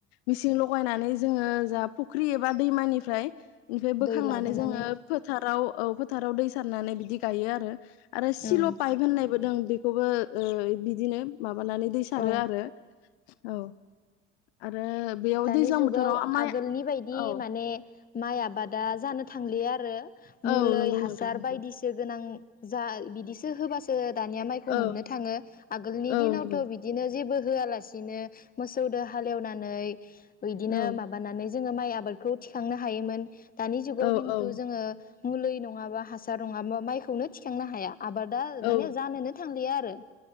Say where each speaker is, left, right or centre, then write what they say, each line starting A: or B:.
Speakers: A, on the left; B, on the left.
A: मिसिं लगायनानै जोङो जा फुख्रि एबा दैमानिफ्राय ओमफ्राय बोखांनानै
B: दै लाबोनानै
A: जोङो फोथाराव फोथाराव दै सारनानै बिदि गायो आरो आरो सिल'
B: औ
A: पाइप होननायबो दं बे बो बिदिनो मा माबानानै दै सारो
B: औ
A: आरो औ आरो बेयाव
B: दानि
A: दैज्लां
B: जुगाव
A: बोथोराव माइ
B: आगोलनि बायदि
A: औ
B: माने माइ आबादा जानो थांलिया आरो मुलै
A: औ नंगौ
B: हासार
A: नोंथां नंगौ
B: बायदिसो गोनां जा बिदि होबासो दानिया माइखौ मोननो
A: औ
B: थाङो आगोलनि
A: औ
B: दिनावथ'
A: नंगौ
B: बिदिनो जेबो होआलासिनो मोसौजों हालेवनानै बिदिनो
A: औ
B: माबानानै जोङो माइ आबादखौ थिखांनो हायोमोन दानि जुगाव
A: औ
B: खिन्थु
A: औ
B: जोङो मुलि नङाबा हासार नङाबा माइखौनो थिखांनो हाया आबादा
A: औ
B: माने जानोनो थांलिया द